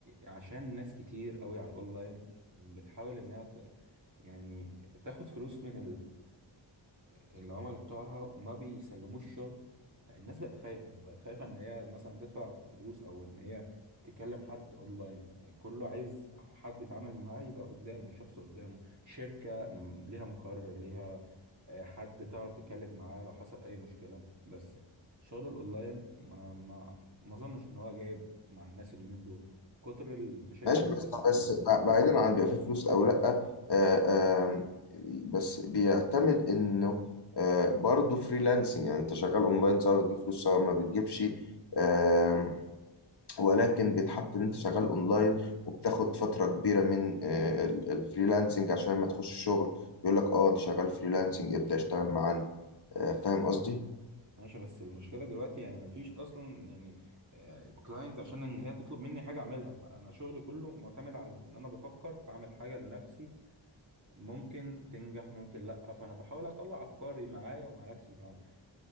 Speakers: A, on the right (about 40°); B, on the left (about 55°).
A: عشان ناس كتير قوي على الاونلاين بتحاول انها ت- يعني تاخد فلوس من العملاء بتوعها ما بيسلموش شغل فالناس بقت خايفة بقت خايفة ان هي مثلا تدفع فلوس او ان هي تكلم حد اونلاين يعني كله عايز حد يتعامل معاه يبقى قدامه الشخص قدامه شركة م، ليها مقر ليها آه، حد تعرف تتكلم معاه لو حصل اي مشكلة بس شغل الاونلاين ما ما ما اظنش ان هو جايب مع الناس اليومين دول كتر المشاكل
B: ماشي
A: اللي
B: بس
A: بتحصل فيه.
B: بس بعيدا عن بيبقى فيه فلوس او لا آه، آم، بس بيعتمد انه آه، برضه فريلانسنج يعني انت شغال اونلاين سواء بتجيب فلوس سواء ما بتجيبش آم، ولكن بيتحط ان انت شغال اونلاين وبتاخد فترة كبيرة من آه، ال- الفريلانسنج عشان لما تخش شغل يقول لك اه انت شغال فريلانسنج ابدأ اشتغل معانا آه، فاهم قصدي
A: ماشي بس المشكلة دلوقتي يعني مفيش أصلا يعني كلاينت عشان إن هي تطلب مني حاجة أعملها فأنا شغلي كله معتمد على إن أنا بفكر بعمل حاجة لنفسي ممكن تنجح ممكن لأ فأنا بحاول أطلع أفكاري معايا ومع نفسي فمش